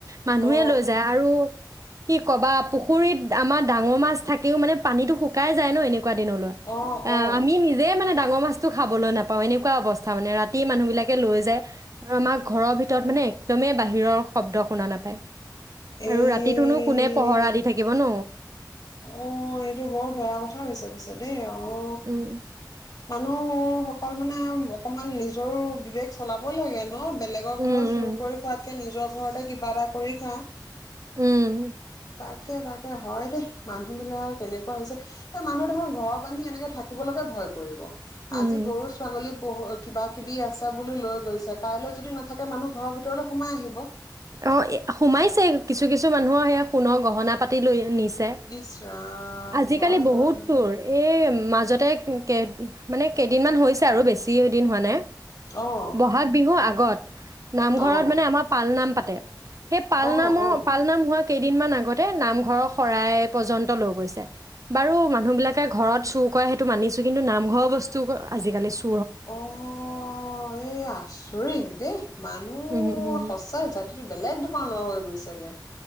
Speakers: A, on the right (about 45°); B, on the left (about 55°).
A: মানুহে
B: অ
A: লৈ যায় আৰু কি ক'বা, পুখুৰীত আমাৰ ডাঙৰ মাছ থাকেও, মানে পানীতো শুকাই যায় ন‌ এনে কুৱা দিনলৈ।
B: অ
A: আ
B: অ
A: আমি নিজেই মানে ডা <unintelligible> মাছটো খাবলৈ নাপাওঁ এনেকুৱা অৱস্থা মানে, ৰাতি মানুহ বিলাকে লৈ যায়, আৰু আমাক ঘৰৰ ভিতৰত
B: অ
A: মানে একদমেই বাহিৰৰ শব্দ শুনা নাপায়। আৰু
B: এ
A: ৰাতিটো নো কোনে পহৰা দি থাকিব ন?
B: অ', এইটো বৰ বেয়া কথা হৈছে পিছে দেই, অ'
A: উম।
B: নুহ সকলমানে‌ আও, অকণমান নিজৰো বিবেক চলাব লাগে ন বেলেগৰ ঘৰৰ
A: উম
B: চুৰ
A: উম
B: কৰি খোৱাতকে নিজ নিজৰ ঘৰতে কিবা এটা কৰি খা
A: উম।
B: তাকে তাকে হয় দেই মানুহ বিলাক কেনেকুৱা হৈছে এ মানুহ দেখোন ঘৰ বান্ধি এনেকে থাকিবলৈকে ভয় কৰিব আজি
A: উম
B: গৰু, ছাগলীক <unintelligible> কিবা কিবি আছে বুলো লৈ গৈছে। কাইলৈ যদি নাথাকে, মানুহ ঘৰৰ ভিতৰলৈ সোমাই আহিব।
A: অ', এ সোমাইছেই, কিছু-কিছু মানুহৰ সেয়া সোণৰ গহনা-পাতি লৈ নিছ ছে।
B: ইচ ৰাম
A: আজিকালি
B: হয় হয়
A: বহুত
B: হয়
A: পুৰ। এ মাজতে, কে মানে কেইদিনমান হৈছে আৰু, বেছি দিন হোৱা নাই।
B: অ',
A: বহাগ বিহু আগ গত। নামঘৰত
B: অ',
A: মানে আমাৰ পাল নাম পাত। তে। সেই পালনামৰ,
B: অ', অ'।
A: পালনাম হোৱা কেইদিনমান আগতে নামঘৰৰ শৰাই পৰ্যন্ত লৈ গৈছে। বাৰু মানুহ বিলাকে ঘৰত চুৰ কৰে সেইটো মানিছো, কিন্তু নামঘৰৰ বস্তু আজিকালি চু
B: অ', এই আচৰিত। দেই। মানুহ
A: উম উম উম।
B: সঁচাই জাতিটো বেলেগ ধৰণৰ হৈ গৈছেগে।